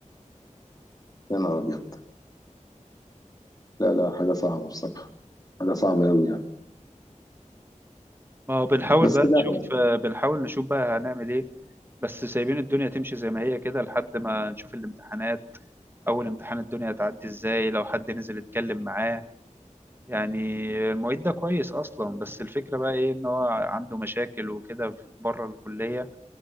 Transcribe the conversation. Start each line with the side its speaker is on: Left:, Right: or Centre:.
Left: يا نهار ابيض لا لا حاجه صعبه بصراحه حاجه صعبه قوي يعني
Right: ما هو بنحاول
Left: بس
Right: بقى
Left: لا
Right: نشوف بنحاول نشوف بقى هنعمل ايه بس سايبين الدنيا تمشي زي ما هي كده لحد ما نشوف الامتحانات اول امتحان الدنيا هتعدي ازاي لو حد نزل يتكلم معاه يعني المعيد ده كويس اصلا بس الفكره بقى ايه ان هو عنده مشاكل وكده بره الكليه